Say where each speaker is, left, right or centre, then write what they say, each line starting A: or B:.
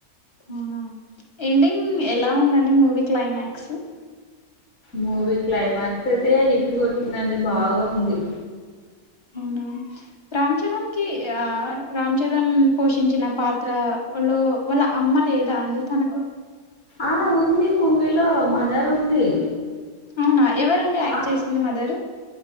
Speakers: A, on the left (about 25°); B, on the left (about 50°).
A: అవునా ఎండింగ్ ఎలా ఉందండి మూవీ క్లైమాక్స్
B: మూవీ క్లైమాక్స్ అయితే హిట్ కొటిందండి బాగా ఉంది.
A: అవునా రామ్ చరణ్ కి ఆ రామ్ చరణ్ పోషించిన పాత్ర లో వాళ్ళ అమ్మ లేదా అండి తనకు
B: ఆ ఉంది మూవీలో మదర్ ఉంది
A: అవునా ఎవరండి యాక్ట్
B: ఆ
A: చేసింది మదరు